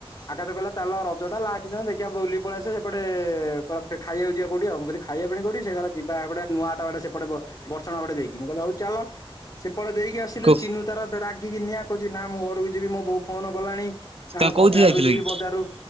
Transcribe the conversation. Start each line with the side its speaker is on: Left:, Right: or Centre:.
Left: ଆକାଶ କହିଲ ତାଲ ରଜ ଟା ଲାଷ୍ଟ ଦିନ ଦେଖିବା ବୁଲିକି ପଳେଇଆସିବା ସେପଟେ କଣ ଖାଇବାକୁ ଯିବା କୋଉଠି ଆଉ ମୁଁ କିହିଲି ଖାଇବାକୁ ପୁଣି କୋଉଠି ସେ କହିଲା ଯିବା ହେପଟେ ନୂଆଟାେ ବାଟେ ସେପଟେ ବ ବର୍ଷାଣ ବାଟେ ଦେଇକି ମୁଁ କହିଲି ହଉ ଚାଲ ସେପଟେ ଦେଇକି ଆସିଲୁ
Right: ଓ
Left: ଚିନୁ ତାର ରାଗିକି ନିଆଁ କହୁଛି ନା ମୁଁ ଘରକୁ ଯିବି ମୋ ବୋଉ ଫୋନ କଲାଣି। ଆମେ
Right: ତମେ କୋଉଥିରେ
Left: ବଜାର
Right: ଯାଇଥିଲ
Left: ରୁ ଯିବି
Right: କି
Left: ବଜାର ରୁ